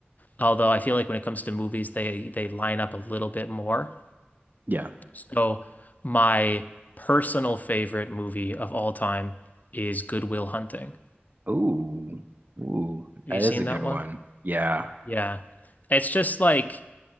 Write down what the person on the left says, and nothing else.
Although I feel like when it comes to movies, they they line up a little bit more.
So my personal favorite movie of all time is Good Will Hunting.
Have
you seen
that
one?
Yeah. It's just like